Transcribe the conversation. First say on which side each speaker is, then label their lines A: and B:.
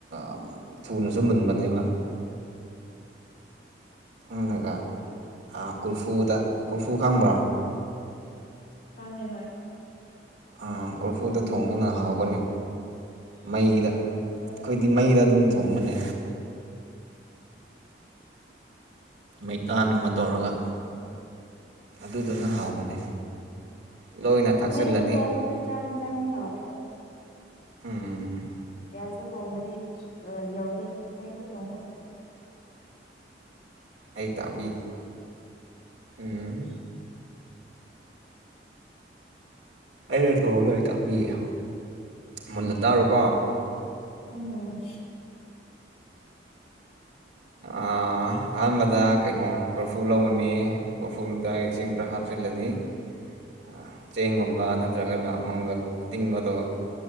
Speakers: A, on the right; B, on the left.
A: ꯑꯝ ꯊꯨꯅꯁꯨ
B: ꯑꯣ
A: ꯃꯨꯟꯕꯅꯦꯕ ꯃꯨꯟꯅꯒ ꯑꯥ ꯀꯣꯔꯐꯨꯗ ꯀꯣꯔꯐꯨ ꯈꯪꯕ꯭ꯔꯥ
B: ꯈꯪꯉꯦ ꯍꯣꯏ
A: ꯑꯥ ꯀꯣꯔꯐꯨꯗ ꯊꯣꯡꯕꯅ ꯍꯥꯎꯒꯅꯤ ꯃꯩꯗ
B: ꯍꯣꯏ
A: ꯏꯃꯩꯗ ꯑꯗꯨꯝ ꯊꯣꯡꯕꯅꯦ ꯃꯩꯇꯥꯟꯒꯨꯝꯕ ꯇꯧꯔꯒ ꯑꯗꯨꯗꯨꯅ ꯍꯥꯎꯕꯅꯦ ꯂꯣꯏꯅ ꯊꯥꯛꯆꯤꯜꯂꯅꯤ
B: ꯃꯩꯩꯗ ꯊꯣꯡꯕꯅ ꯆꯥꯛ ꯌꯦꯟꯖꯥꯡꯗꯤ ꯍꯥꯎꯋꯦꯗ
A: ꯎꯝ
B: ꯒ꯭ꯌꯥꯁꯇ ꯊꯣꯡꯕꯗꯤ ꯑꯥ ꯌꯧꯗꯦ ꯃꯩꯗ ꯊꯣꯡꯕꯅ
A: ꯑꯩ ꯇꯥꯎꯕꯤ ꯍꯨꯝ ꯑꯩꯅ ꯊꯣꯡꯕꯗꯣ ꯑꯩ ꯇꯥꯛꯄꯤꯒꯦ ꯃꯨꯟꯅ ꯇꯥꯔꯣꯀꯣ
B: ꯎꯝ
A: ꯑꯥ ꯑꯍꯥꯟꯕꯗ ꯀꯩꯅꯣ ꯀꯣꯔꯐꯨ ꯂꯧꯔꯅꯤ ꯀꯣꯔꯐꯨꯗ ꯏꯁꯤꯡ ꯈꯔ ꯍꯥꯞꯆꯤꯜꯂꯅꯤ <inaudible> ꯑꯥ ꯆꯦꯡꯒꯨꯝꯕ ꯅꯠꯇ꯭ꯔꯒꯅ ꯃꯪꯒꯜ ꯑꯇꯤꯡꯕꯗꯣ